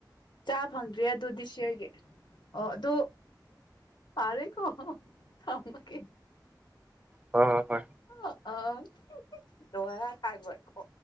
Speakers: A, on the left; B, on the right.
A: ꯆꯥ ꯐꯪꯗ꯭ꯔꯔꯤ ꯑꯗꯨ ꯗꯤꯁ ꯌꯌꯥꯔꯒꯤ ꯑꯣ ꯑꯗꯨ ꯐꯥꯔꯦꯀꯣ ꯊꯝꯃꯒꯦ
B: ꯍ ꯍ ꯍꯣꯏ
A: ꯑ ꯑ ꯂꯣꯏ ꯈꯥꯏꯕ ꯑꯩꯀꯣ